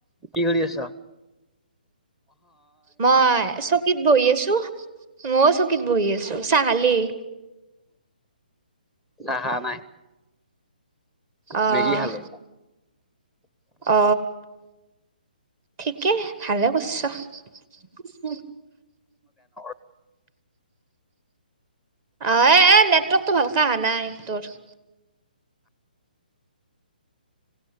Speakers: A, in the centre; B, on the right (about 25°).
A: কি কৰি আছা
B: মই চকীত বহি আছো মই চকীত বহি আছো চাহালেই
A: চ হা নাই
B: আহ
A: মেগী খালো
B: অ থঠিকে ভালে কৰিছ
A: উ
B: অ এ নেটৱৰ্কতটো ভালকে অহা নাই তোৰ